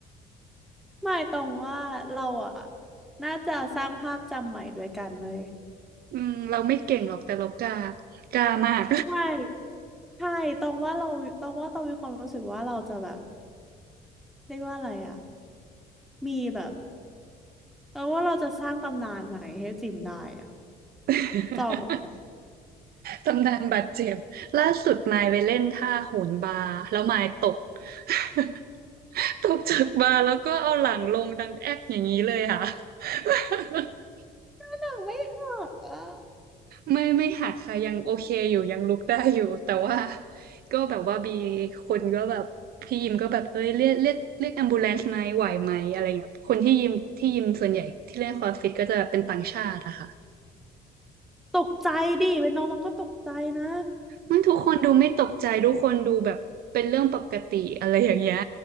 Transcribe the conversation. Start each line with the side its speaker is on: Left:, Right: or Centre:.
Centre: หมายตรงว่าเราอะน่าจะสร้างภาพจำใหม่ด้วยกันเลย
Right: <laughs> อืมเราไม่เก่งหรอกแต่เรากล้ากล้ามาก
Centre: ใช่ใช่ตรงว่าเราตรงว่าตรงมีความรู้สึกว่าเราจะแบบเรียกว่าอะไรอะมีแบบเราว่าเราจะสร้างตำนานใหม่ให้จิมได้อะ
Right: <laughs>
Centre: จองหน
Right: ตำนานบาดเจ็บล่าสุดมายไปเล่นท่าโหนบาร์แล้วมายตก <laughs> ตกจากบาร์แล้วก็เอาหลังลงดังแอ๊กอย่างนี้เลยค่ะ <laughs>
Centre: ังไม่หักอ่ะ
Right: ไม่ไม่หักค่ะยังโอเคอยู่ยังลุกได้อยู่ <laughs> แต่ว่าก็แบบว่ามีคนก็แบบพี่ยิมก็แบบเอ้ยเรียกเรียกเรียกแอมบูเลนซ์ไหมไหวไหมอะไรเงี้ยคนที่ยิมที่ยิมส่วนใหญ่ที่เล่นคอร์สฟิตก็จะเป็นต่างชาติอะค่ะ
Centre: ตกใจดิเป็นน้องน้องก็ตกใจนะ
Right: มันทุกคนดูไม่ตกใจทุกคนดูแบบเป็นเรื่องปกติอะไรอย่างเงี้ย